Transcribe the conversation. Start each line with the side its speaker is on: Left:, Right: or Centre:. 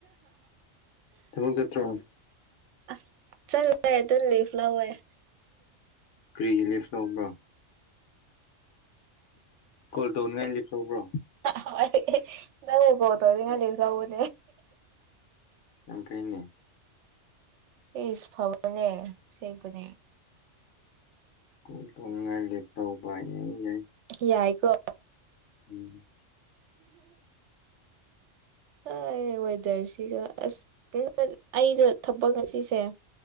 Left: ꯊꯕꯛ ꯆꯠꯇ꯭ꯔꯣ
Right: ꯑꯁ ꯆꯠꯂ‌ꯦ ꯑꯗꯨ ꯂꯤꯞ ꯂꯧꯌ‌ꯦ
Left: ꯀꯔꯤꯒꯤ ꯂꯦꯞ ꯂꯧꯕ꯭ꯔꯥ ꯀꯣꯜ ꯇꯧꯅꯤꯉꯥꯏ ꯂꯦꯞ ꯂꯧꯕ꯭ꯔꯣ
Right: ꯍꯣꯏ ꯅꯪꯕꯨ ꯀꯣꯜ ꯇꯧꯅꯤꯉꯥꯏ ꯂꯤꯞ ꯂꯧꯕꯅꯦ
Left: ꯌꯥꯝ ꯐꯩꯅ‌ꯦ
Right: ꯏꯁ ꯐꯥꯕꯅꯦ ꯑꯁ‌ꯦꯡꯕꯅꯦ
Left: ꯀ‌ꯣꯜ ꯇꯧꯅꯤꯉꯥꯏ ꯂꯦꯞ ꯂꯧꯕ ꯌꯥꯏ ꯌꯥꯏ
Right: ꯌꯥꯏꯀꯣ
Left: ꯎꯝ
Right: ꯑꯣꯏ ꯋ‌ꯦꯗꯔꯁꯤꯒ ꯑꯁ ꯑꯩꯁ‌ꯦ ꯊꯕꯛ ꯉꯁꯤꯁꯦ